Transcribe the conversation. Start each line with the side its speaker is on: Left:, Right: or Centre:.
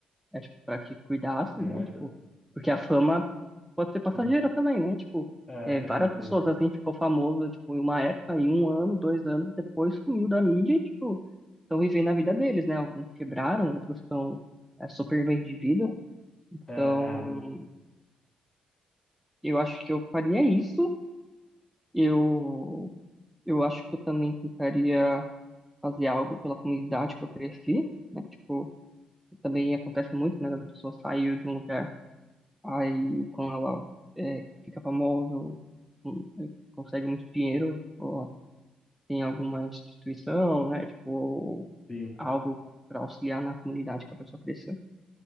Centre: né, tipo, para que cuidassem,
Left: certo.
Centre: né, tipo, porque a fama pode ser passageira
Left: Sim.
Centre: também, né, tipo,
Left: É,
Centre: é,
Left: faz
Centre: várias
Left: sentido.
Centre: pessoas assim ficou famosa, tipo, em uma época, em um ano, dois anos, depois sumiu da mídia e, tipo, estão vivendo a vida deles, né, alguns quebraram, outros estão é, super bem de vida, então,
Left: É, é,
Centre: eu acho que eu faria isso, eu, eu acho que eu também tentaria fazer algo pela comunidade que eu cresci, né, tipo, também acontece muito, né, das pessoas saírem de um lugar Aí quando ela é, fica famosa, ou, hum, é, consegue muito dinheiro, tipo, ela tem alguma instituição, né? Tipo,
Left: sim,
Centre: algo para auxiliar na comunidade que a pessoa cresceu.